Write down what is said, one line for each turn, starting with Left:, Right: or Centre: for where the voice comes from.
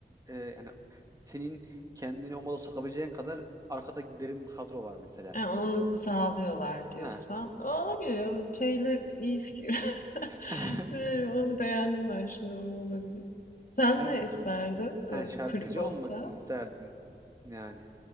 Right: e, yani senin kendini o moda sokabileceğin kadar arkada derin bir kadro var mesela.
Left: E, onu sağlıyorlar diyorsan.
Right: Ha.
Left: Olabilir. o Taylor iyi fikir. <laughs>
Right: <laughs>
Left: E, Onu beğendim ben şimdi. O olabilir. Sen
Right: Yani,
Left: ne isterdin? Öyle
Right: yani şarkıcı
Left: bir kulüp olsa.
Right: olmak mı isterdin yani